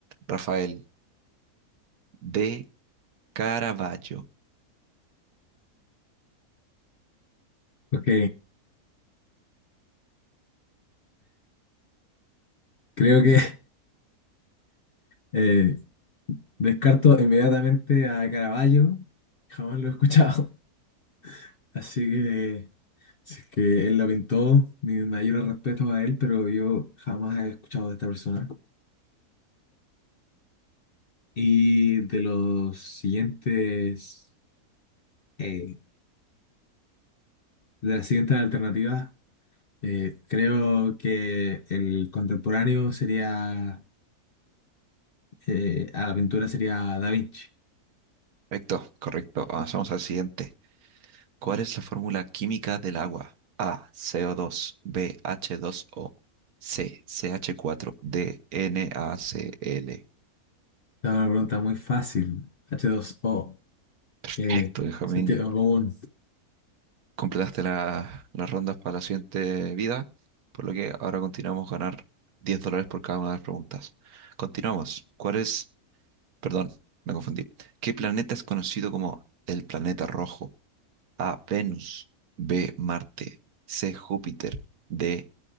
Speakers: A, on the right; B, on the left.
A: Rafael. D. Caravaggio.
B: Ok, creo que eh, Descarto inmediatamente a Caravaggio, jamás lo he escuchado, <laughs> así que si es que él lo pintó, mi mayor respeto a él, pero yo jamás he escuchado de esta persona. Y de los siguientes, eh, de las siguientes alternativas, eh, creo que el contemporáneo sería, eh, a la pintura sería Da Vinci.
A: Perfecto, correcto. Avanzamos al siguiente. ¿Cuál es la fórmula química del agua? A, CO2, B, H2O, C, CH4, D, NaCl.
B: Es una pregunta muy fácil, h dos o
A: Perfecto,
B: eh,
A: Benjamín.
B: sentido común.
A: Completaste la- las rondas para la siguiente vida, por lo que ahora continuamos ganar 10 dólares por cada una de las preguntas. Continuamos. ¿Cuál es? Perdón, me confundí. ¿Qué planeta es conocido como el planeta rojo? A. Venus. B. Marte. C. Júpiter. D.